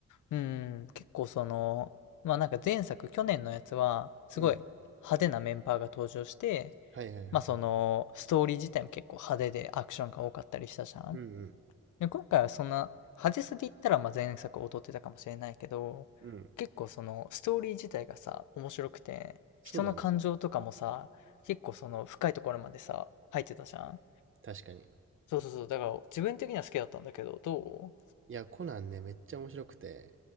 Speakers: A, on the left; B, on the right.
A: うん、結構その、まあなんか前作、去年のやつは、すごい派手なメンバーが登場して、
B: うん。はいはいはいはい。
A: まあその、ストーリー自体も結構派手でアクションが多かったりしたじゃん。
B: うんうん。
A: で、今回はそんな、派手さで言ったら、まあ前作劣ってたかもしれないけど、
B: うん。
A: 結構その、ストーリー自体がさ、面白くて、
B: そうだね。
A: 人の感情とかもさ、結構その、深いところまでさ、入ってたじゃん。
B: 確かに。
A: そうそうそう、だから自分的には好きだったんだけど、ど
B: いや、コナンね、めっちゃ面白くて。